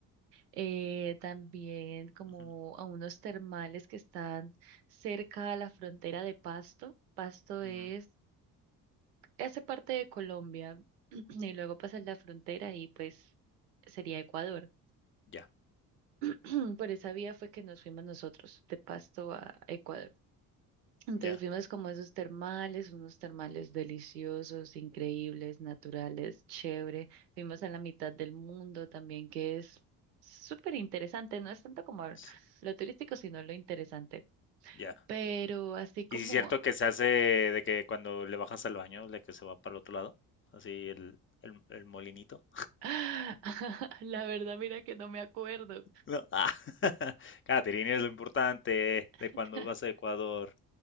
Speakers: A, on the right; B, on the left.
A: eh, también como
B: Ujú,
A: a unos termales que están cerca a la frontera de Pasto. Pasto es,
B: ujú.
A: hace parte de Colombia <clears throat> y luego pasas la frontera y pues sería Ecuador.
B: Ya,
A: <clears throat> Por esa vía fue que nos fuimos nosotros de Pasto a Ecuador. Entonces
B: ya,
A: vimos como esos termales, unos termales deliciosos, increíbles, naturales, chévere. Vimos a la mitad del mundo también, que es súper interesante. No es tanto como
B: s-
A: lo turístico, sino lo interesante.
B: ya.
A: Pero así como,
B: ¿Y si es cierto que se hace de que cuando le bajas al baño, de que se va para el otro lado? Así el, el, el molinito.
A: <laughs> la verdad, mira que no me acuerdo.
B: No. Ah, <laughs> Catherine, es lo importante de
A: <laughs>
B: cuando vas a Ecuador,